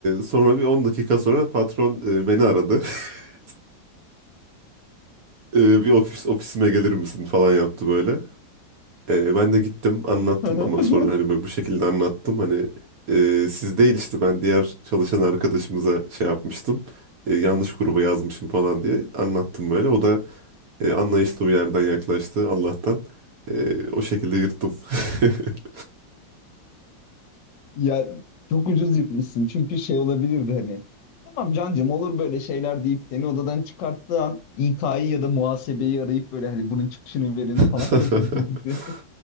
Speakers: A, on the right; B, on the left.
A: sonra bir 10 dakika sonra patron e, beni aradı. <laughs> E, bir ofis ofisime gelir misin falan yaptı böyle. E, ben de gittim anlattım
B: Hı hı.
A: ama
B: <laughs>
A: sonra hani böyle bu şekilde anlattım. Hani e, siz değil işte ben diğer çalışan arkadaşımıza şey yapmıştım. E, yanlış gruba yazmışım falan diye anlattım böyle. O da e, anlayışlı bir yerden yaklaştı Allah'tan. E, o şekilde yırttım. <laughs>
B: Ya çok ucuz yırtmışsın. Çünkü şey olabilirdi hani. Tamam cancım olur böyle şeyler deyip seni odadan çıkarttığı an İK'yı ya da muhasebeyi arayıp böyle hani bunun çıkışını verin
A: <laughs>
B: falan <laughs> yapabilirdi.